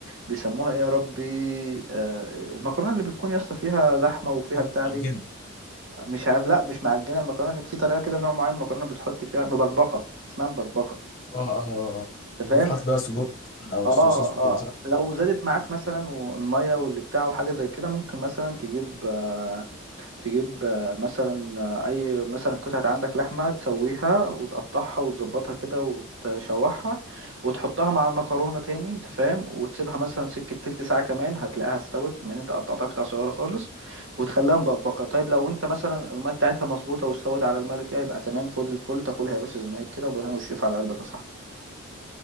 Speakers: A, on the right; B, on the left.
A: بيسموها ايه يا ربي آه، المكرونه اللي بتكون يا اسطى فيها لحمه وفيها
B: ايوه
A: بتاع
B: معجنه
A: دي مش عارف لا مش معجنه المكرونه كان في طريقه كده نوع معين المكرونه بتحط فيها مبكبقه اسمها مبكبقه
B: اه اه اه آه.
A: انت
B: يكون
A: فاهم
B: في حاطط بقى سجق مثلا او
A: اه
B: سوسيس وكده
A: اه
B: صح
A: لو زادت معاك مثلا والميه واللي بتاع وحاجه زي كده ممكن مثلا تجيب آه، تجيب آه، مثلا آه، اي مثلا قطعة عندك لحمة تسويها وتقطعها وتظبطها كده وتشوحها وتحطها مع المكرونة تاني انت فاهم وتسيبها مثلا سكة تلت ساعة كمان هتلاقيها استوت من انت قطعتها قطع صغيرة خالص وتخليها مبقبقة طيب لو انت مثلا المية بتاعتها مظبوطة واستوت على المية اللي فيها يبقى تمام فل الفل تاكلها يا باشا زي ما هي كده وبالهنا والشفا على قلبك يا صاحبي